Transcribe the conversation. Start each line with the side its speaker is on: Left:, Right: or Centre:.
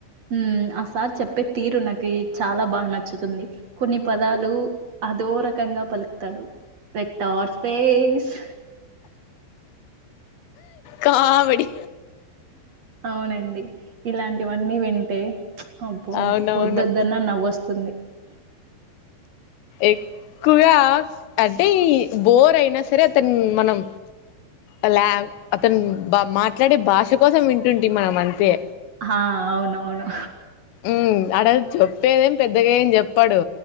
Right: ఉమ్మ్ ఆ సా సార్ చెప్పి తీరు నాకి చాలా బా నచ్చుతుంది కొన్ని పదాలు అదో రకంగా పలుకుతాడు పెట్టార్ స్పేస్
Left: కామెడి
Right: అవునండి ఇలాంటివన్నీ వింటే అబ్బో
Left: అవునవును
Right: వద్దొద్దన్న నవ్వొస్ తుంది
Left: ఎక్కువే ఆ అంటే ఈ బోర్ అయినా సరే అతను మనం అలా అతను బ మాట్లాడే భాష కోసం వింటుంటి మనం అంతే
Right: ఆ అవునవును
Left: ఉమ్మ్ ఆడ అది చెప్పేదేం పెద్ దగేం జెప్పడు